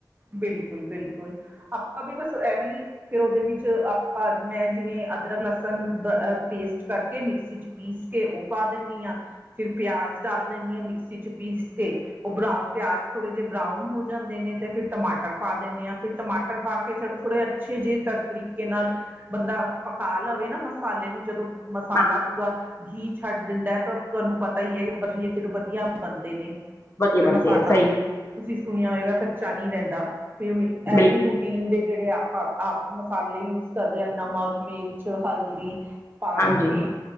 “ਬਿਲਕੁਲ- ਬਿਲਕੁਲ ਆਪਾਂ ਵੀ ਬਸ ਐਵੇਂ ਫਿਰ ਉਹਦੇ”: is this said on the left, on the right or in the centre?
Right